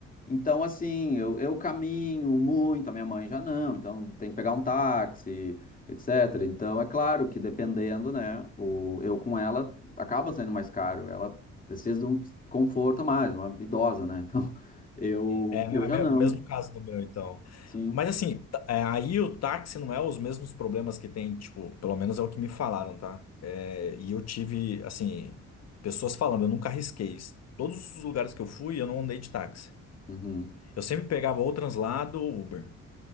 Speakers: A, on the left; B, on the left.
A: Então, assim, eu, eu caminho muito, a minha mãe já não, então tem que pegar um táxi, etc. Então, é claro que dependendo, né, o, eu com ela acaba sendo mais caro, ela precisa de um conforto a mais, uma idosa, né? Então, <laughs> eu,
B: É
A: eu
B: a
A: já
B: me-
A: não,
B: mesmo caso do meu, então.
A: sim,
B: Mas assim, t- é, aí o táxi não é os mesmos problemas que tem, tipo, pelo menos é o que me falaram, tá? É, e eu tive, assim, pessoas falando, eu nunca arrisquei. isso. Todos os lugares que eu fui, eu não andei de táxi.
A: uhum,
B: Eu sempre pegava ou translado ou Uber,